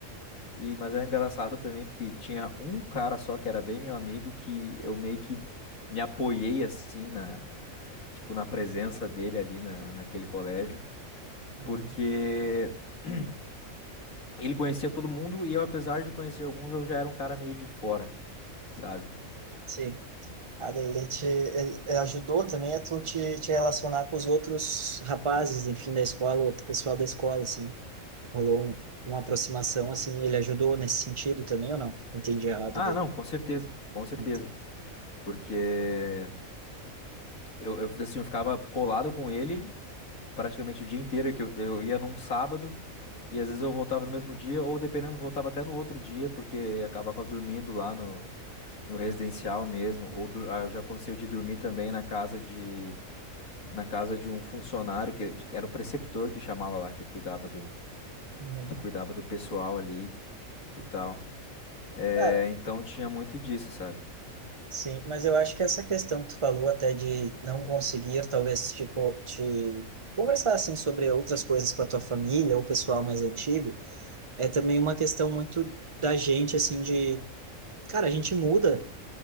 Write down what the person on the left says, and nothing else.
E, mas é engraçado também porque tinha um cara só que era bem meu amigo que eu meio que me apoiei assim na, tipo, na presença dele ali na, naquele colégio,
porque <clears throat> Ele conhecia todo mundo e eu, apesar de conhecer alguns, eu já era um cara meio de fora, sabe?
Ah,
não, com certeza, com certeza.
Porque eu, eu, assim, eu ficava colado com ele praticamente o dia inteiro, que eu, eu ia num sábado e às vezes eu voltava no mesmo dia, ou dependendo, voltava até no outro dia, porque acabava dormindo lá no, no residencial mesmo, ou dur- ah, já aconteceu de dormir também na casa de na casa de um funcionário que ele- era o preceptor que chamava lá, que cuidava do
que cuidava do pessoal ali. e tal. É,
então tinha muito disso, sabe?